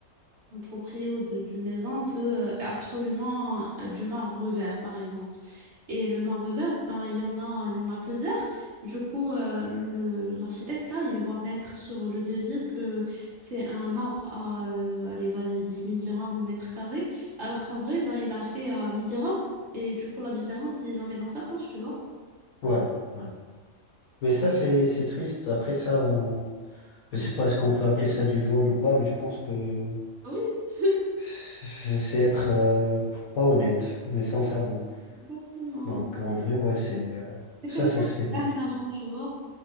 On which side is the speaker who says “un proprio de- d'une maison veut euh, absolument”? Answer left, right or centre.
Right